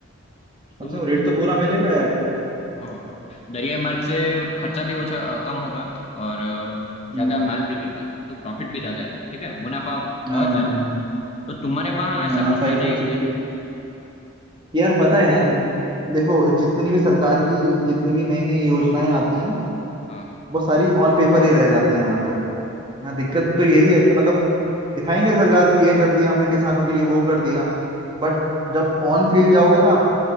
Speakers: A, on the right; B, on the left.
A: कम
B: तो
A: से कम रेट
B: तुम
A: तो पूरा मिलेगा यार
B: हाँ दरियाई मार्ग से खर्चा भी ओछा अ, कम होगा और अ, ज्यादा
A: हम्म,
B: माल बिकेगा तो प्रॉफिट भी ज्यादा है ठीक है मुनाफा बहुत
A: हाँ
B: ज्यादा
A: वो-
B: है तो तुम्हारे वहाँ
A: वो
B: ऐसा
A: मुनाफा
B: कुछ है
A: ही
B: नहीं
A: तो चाहिए
B: क्या
A: यार पता है यार देखो जितनी भी सरकार की जितनी भी नई नई योजनाएं आती हैं
B: हाँ
A: वो सारी ऑन पेपर ही रह जाती हैं यहाँ पे यहाँ दिक्कत तो यही है कि मतलब दिखाएंगे सरकार की ये कर दिया हमने किसानों के लिए वो कर दिया
B: हाँ
A: बट जब ऑन फील्ड जाओगे ना आप